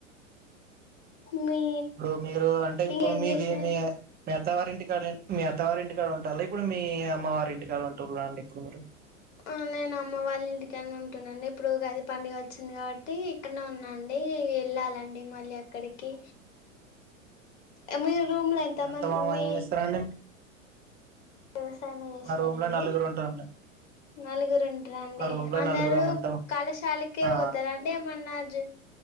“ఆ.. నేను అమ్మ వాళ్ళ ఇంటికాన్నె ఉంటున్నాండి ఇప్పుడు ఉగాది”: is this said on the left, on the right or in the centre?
Left